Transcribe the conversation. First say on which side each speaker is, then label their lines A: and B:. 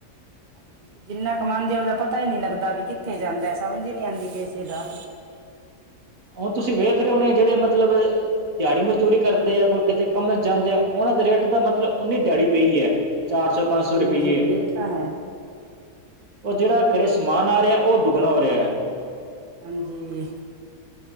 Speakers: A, on the right (about 40°); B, on the right (about 70°).
A: ਹਾਂ, ਜਿੰਨਾ ਕਮਾਉਦੇ ਉਹਦਾ ਪਤਾ ਹੀ ਨੀ ਲੱਗਦਾ ਵੀ ਕਿੱਥੇ ਜਾਂਦਾ ਸਮਝ ਨੀ ਆਉਂਦੀ ਇਸੇ ਚੀਜ ਦਾ।
B: ਹੁਣ ਤੁਸੀਂ ਵੇਖ ਰਹੇ ਹੋ ਨੇ ਜਿਹੜੇ ਮਤਲਬ ਦਿਹਾੜੀ- ਮਜ਼ਦੂਰੀ ਕਰਦੇ ਆ ਕੋਈ ਕਿਤੇੇ ਕੰਮ ਜਾਂਦੇ ਆ। ਉਹਨਾਂ ਦੇ ਰੇਟ ਦਾ ਮਤਲਬ ਉਨੀ ਦਿਹਾੜੀ ਪਈ ਹੈ। ਚਾਰ ਸੌ- ਪੰਜ
A: ਹਾਂਜੀ
B: ਸੌ ਰੁਪਈਏ।
A: ਇਹ ਤਾਂ ਹੈ
B: ਉਹ ਜਿਹੜਾ ਘਰੇ ਸਮਾਨ ਆ ਰਿਹਾ ਉਹ ਦੁੱਗਣ ਹੋ ਰਿਹਾ।
A: ਹਾਂਜੀ।